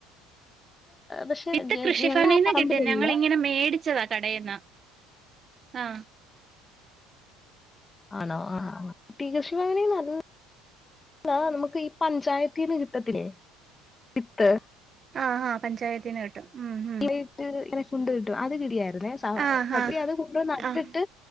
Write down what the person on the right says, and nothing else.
വിത്ത് കൃഷിഭവനീന്ന്
കിട്ടി. ഞങ്ങളിങ്ങനെ മേടി ങ്ങിച്ചതാ കടേന്ന് ആഹ്
ആഹ് ആഹ് പഞ്ചായത്തീന്ന് കിട്ടും ഉം ഉം
ആഹ്
ആഹ്
ആഹ്